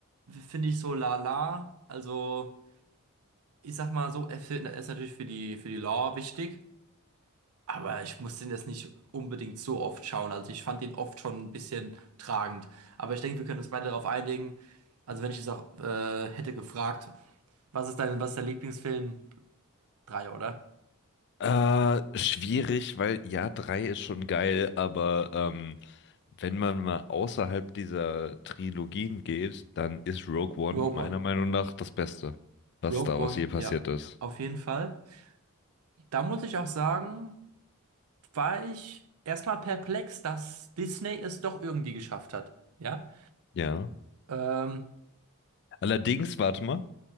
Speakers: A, on the right; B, on the left.
A: finde ich so lala. Also ich sag mal so, er er ist natürlich für die, für die Lore wichtig, aber ich muss den jetzt nicht unbedingt so oft schauen. Also ich fand ihn oft schon ein bisschen tragend. Aber ich denke, wir können uns beide darauf einigen. Also wenn ich es auch äh, hätte gefragt, was ist dein, was ist der Lieblingsfilm? Drei, oder?
B: Äh, schwierig, weil ja, drei ist schon geil, aber ähm, wenn man mal außerhalb dieser Trilogien geht, dann ist Rogue One
A: Rogue
B: meiner
A: One.
B: Meinung nach das Beste, was
A: Rogue
B: Star
A: One,
B: Wars je passiert
A: ja,
B: ja. ist.
A: auf jeden Fall. Da muss ich auch sagen. war ich erstmal perplex, dass Disney es doch irgendwie geschafft hat. Ja,
B: Ja.
A: ähm,
B: Allerdings, warte mal.